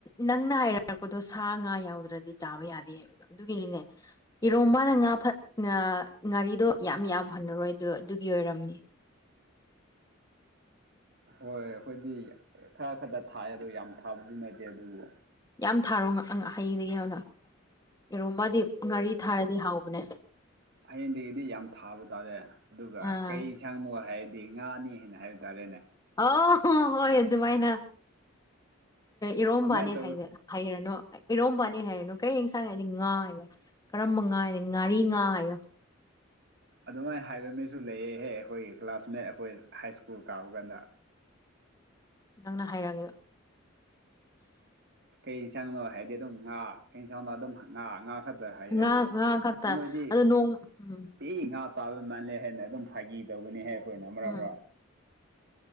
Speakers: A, on the left (about 20°); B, on the right (about 55°).
A: ꯅꯪꯅ ꯍꯥꯏꯔꯛꯔꯛꯄꯗꯣ ꯁꯥ ꯉꯥ ꯌꯥꯎꯗ꯭ꯔꯗꯤ ꯆꯥꯕ ꯌꯥꯗꯦꯕ ꯑꯗꯨꯒꯤꯅꯤꯅꯦ ꯏꯔꯣꯕꯅ ꯉꯥ ꯐ ꯉꯥꯔꯤꯗꯣ ꯌꯥꯝ ꯌꯥꯝ ꯍꯜꯟꯅꯔꯣꯏ ꯑꯗꯨ ꯑꯗꯨꯒꯤ ꯑꯣꯏꯔꯝꯅꯤ
B: ꯍꯣꯏ ꯑꯩꯈꯣꯏꯗꯤ ꯈꯔ ꯈꯛꯇ ꯊꯥꯏ ꯑꯗꯨꯣ ꯌꯥꯝ ꯊꯥꯕꯗꯤ ꯅꯠꯇꯦ ꯑꯗꯨꯕꯨ
A: ꯌꯥꯝ ꯊꯥꯔꯣ ꯍꯌꯦꯡꯗꯒꯤ ꯍꯧꯅ ꯌꯦꯔꯣꯝꯄꯥꯗꯤ ꯉꯥꯔꯤ ꯊꯥꯔꯗꯤ ꯍꯥꯎꯕꯅꯦ
B: ꯍꯌꯦꯗꯒꯤꯗꯤ ꯌꯥꯝ ꯊꯥꯕ ꯇꯥꯔꯦ ꯑꯗꯨꯒ
A: ꯑꯥ
B: ꯀꯩ ꯌꯦꯟꯁꯥꯡ ꯅꯨꯡꯋꯥꯏ ꯍꯥꯏꯔꯗꯤ ꯉꯥꯅꯤ ꯍꯥꯏꯅ ꯍꯥꯏꯕ ꯇꯥꯔꯦꯅꯦ
A: ꯑ ꯍꯣꯏ ꯍꯣꯏ ꯑꯗꯨꯃꯥꯏꯅ ꯏꯔꯣꯝꯕꯅꯤ
B: ꯑꯗꯨꯃꯥꯏꯅ ꯇꯧ
A: ꯍꯥꯏꯗꯅ ꯍꯩꯔꯅꯨ ꯏꯔꯣꯝꯝꯕꯅꯤ ꯍꯩꯔꯅꯨ ꯀꯔꯤ ꯌꯦꯟꯁꯥꯡꯅꯗꯤ ꯉꯥꯏꯕ ꯀꯔꯝꯕ ꯉꯥ ꯍꯥꯏꯅ ꯉꯥꯔꯤ ꯉꯥ ꯍꯥꯏꯌꯣ
B: ꯑꯗꯨꯃꯥꯏꯅ ꯍꯥꯏꯕ ꯃꯤꯁꯨ ꯂꯩꯑꯍꯦ ꯑꯩꯈꯣꯏꯒꯤ ꯀ꯭ꯂꯥꯁꯃꯦꯠ ꯑꯩꯈꯣꯏ ꯍꯥꯏ ꯁ꯭ꯀꯨꯜ ꯀꯥꯕ ꯀꯥꯟꯗ
A: ꯅꯪꯅ ꯍꯥꯏꯔꯛꯑꯒꯦ
B: ꯀꯩ ꯌꯦꯟꯁꯥꯡꯅꯣ ꯍꯥꯏꯗꯤ ꯑꯗꯨꯝ ꯉꯥ ꯀꯩ ꯌꯦꯟꯁꯥꯡꯅꯣ ꯑꯗꯨꯝ ꯉꯥ ꯉꯥ ꯈꯛꯇ ꯑꯗꯨ ꯍꯥꯏꯌꯦ
A: ꯉꯥ
B: ꯑꯗꯨ
A: ꯉꯥ ꯈꯛꯇ
B: ꯑꯁ ꯅꯣꯏꯗꯤ
A: ꯑꯗꯣ ꯅꯣꯡ ꯎꯝ
B: ꯏ ꯉꯥ ꯆꯥꯕꯩ ꯃꯥꯜꯂꯦ ꯍꯥꯏꯅ ꯑꯗꯨꯝ ꯐꯥꯒꯤ ꯇꯧꯕꯅꯤ ꯍꯥꯏ ꯑꯩꯈꯣꯏꯅ ꯃꯔꯥ
A: ꯎꯝ
B: ꯃꯔꯥ